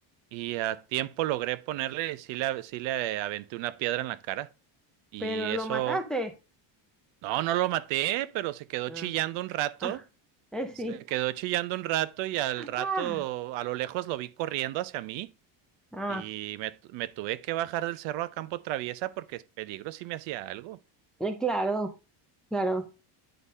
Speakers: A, on the right; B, in the centre.
A: y a tiempo logré ponerle, y sí le, sí le aventé una piedra en la cara y
B: Pero
A: eso,
B: lo mataste.
A: no, no lo maté, pero se quedó
B: Ah,
A: chillando un rato,
B: ah, eh, sí.
A: se quedó chillando un rato y al rato,
B: Ah,
A: a lo lejos lo vi corriendo hacia mí.
B: ah.
A: Y me, tu- me tuve que bajar del cerro a campo traviesa porque es peligro si me hacía algo.
B: Eh, claro, claro.